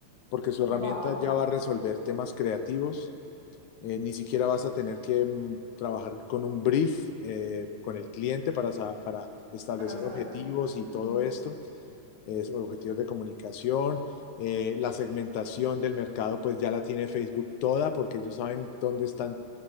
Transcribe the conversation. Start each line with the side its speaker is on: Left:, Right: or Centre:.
Left: porque su
Right: Wow,
Left: herramienta ya va a resolver temas creativos. eh, ni siquiera vas a tener que mm, trabajar con un brief eh, con el cliente para, sa- para establecer
Right: para saber.
Left: objetivos y todo
Right: Mm,
Left: esto es objetivos de comunicación. eh, la segmentación del mercado, pues ya la tiene Facebook toda, porque ellos saben dónde están,